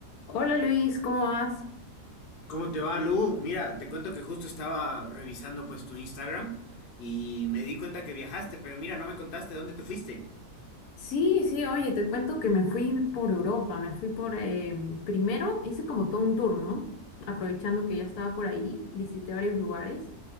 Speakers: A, on the left; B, on the left.
A: Hola Luis, ¿cómo vas?
B: ¿Cómo te va, Lu? Mira, te cuento que justo estaba revisando pues tu Instagram y me di cuenta que viajaste, pero mira, no me contaste dónde te fuiste.
A: Sí, sí, oye, te cuento que me fui por Europa, me fui por, em, primero hice como todo un tour, ¿no? Aprovechando que ya estaba por ahí, visité varios lugares